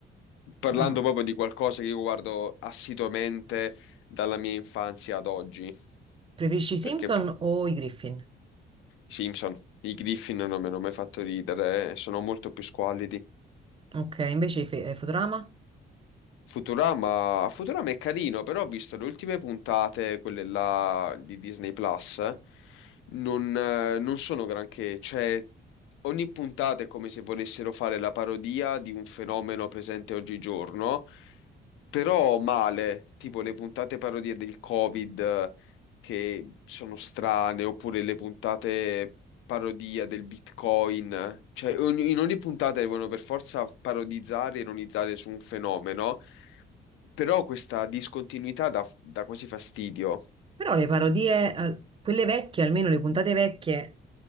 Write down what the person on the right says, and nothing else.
Mm.
Preferisci i
Simpson
o i Griffin?
Ok, invece i Fe- eh, Futurama?
Però le parodie, al- quelle vecchie, almeno le puntate vecchie,